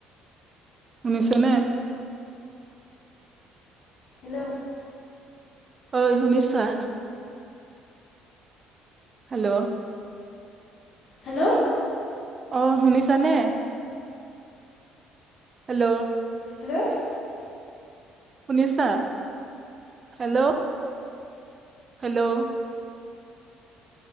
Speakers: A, on the right; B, on the left.
A: শুনিছেনে?
B: হেল্ল।
A: ঐ শুনিছা? হেল্ল।
B: হেল্ল?
A: অ শুনিছানে? হেল্ল।
B: হেল্ল!
A: শুনিছা hello? Hello